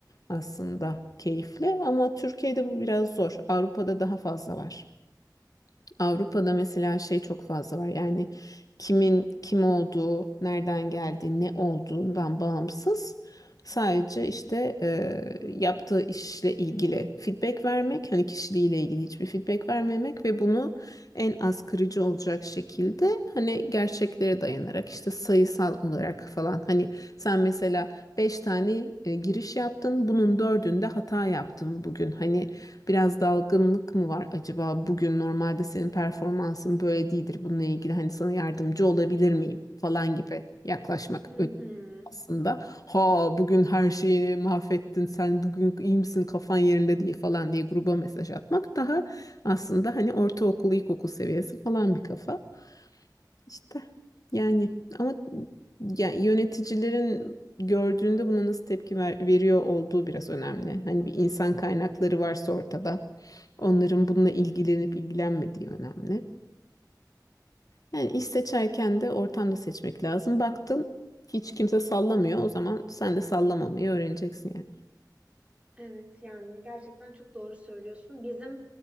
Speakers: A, on the left; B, on the right.
A: aslında keyifli ama Türkiye'de bu biraz zor Avrupa'da daha fazla var. Avrupa'da mesela şey çok fazla var. Yani kimin kim olduğu, nereden geldiği, ne olduğundan bağımsız sadece işte e, yaptığı işle ilgili feedback vermek, hani kişiliğiyle ilgili hiçbir feedback vermemek ve bunu en az kırıcı olacak şekilde hani gerçeklere dayanarak işte sayısal olarak falan hani sen mesela 5 tane e, giriş yaptın, bunun dördünde hata yaptın bugün. Hani Biraz dalgınlık mı var acaba? Bugün normalde senin performansın böyle değildir. Bununla ilgili hani sana yardımcı olabilir miyim falan gibi yaklaşmak
B: Hı
A: önemli
B: hı.
A: aslında. Ha bugün her şeyi mahvettin sen bugün iyi misin kafan yerinde değil falan diye gruba mesaj atmak daha aslında hani ortaokul ilkokul seviyesi falan bir kafa. İşte yani ama yani yöneticilerin gördüğünde buna nasıl tepki ver- veriyor olduğu biraz önemli. Hani bir insan kaynakları varsa ortada onların bununla ilgilenip ilgilenmediği önemli. Yani iş seçerken de ortamda seçmek lazım. Baktın hiç kimse sallamıyor o zaman sen de sallamamayı öğreneceksin yani.
B: Evet yani gerçekten çok doğru söylüyorsun. Bizim